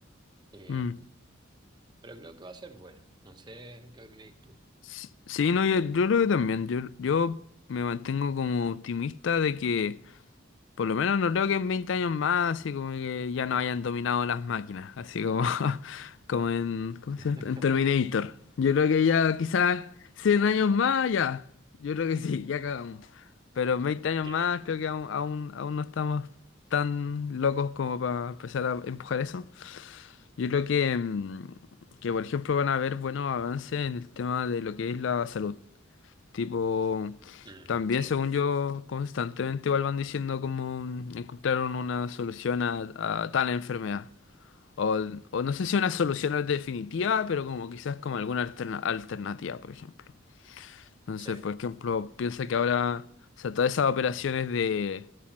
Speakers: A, on the right; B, on the left.
A: eh,
B: mm.
A: pero creo que va a ser bueno. No sé qué opináis tú.
B: Sí, sí, no, yo, yo creo que también. Yo, yo me mantengo como optimista de que Por lo menos no creo que en 20 años más, así como que ya no hayan dominado las máquinas, así como, <laughs> como en, ¿cómo
A: <laughs>
B: se llama? esto? En Terminator. Yo creo que ya quizás 100 años más, ya. Yo creo que sí, <laughs> ya cagamos. Pero en 20 años
A: Que,
B: más creo que aún, aún, aún no estamos tan locos como para empezar a empujar eso. Yo creo que, mm, que, por ejemplo, van a haber buenos avances en el tema de lo que es la salud. Tipo,
A: mm,
B: también
A: sí,
B: según yo, constantemente igual van diciendo como mm, encontraron una solución a, a tal enfermedad. O, o no sé si una solución definitiva, pero como quizás como alguna alterna- alternativa, por ejemplo. Entonces,
A: sí.
B: por ejemplo, piensa que ahora, o sea, todas esas operaciones de,